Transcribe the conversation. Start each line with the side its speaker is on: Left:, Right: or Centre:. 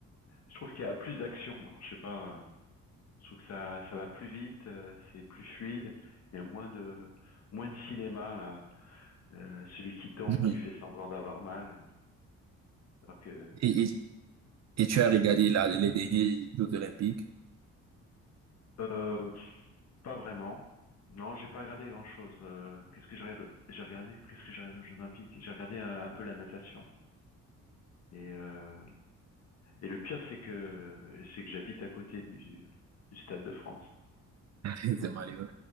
Left: je trouve qu'il y a plus d'action. Alors, je sais pas, euh, je trouve que ça, ça va plus vite, euh, c'est plus fluide. Il y a moins de, moins de cinéma là, Euh, celui qui tombe,
Right: Mhm.
Left: qui fait semblant d'avoir mal. Alors que,
Right: Et, et, et tu as regardé là, les derniers Jeux Olympiques?
Left: euh, pas vraiment. Non, j'ai pas regardé grand-chose. Euh, qu'est-ce que j'ai regardé? J'ai regardé, qu'est-ce que j'ai regardé aux Jeux Olympiques? J'ai regardé un, un peu la natation et euh, Et le pire, c'est que c'est que j'habite à côté du, du Stade de France.
Right: <laughs>
Left: Donc,
Right: C'est malheureux.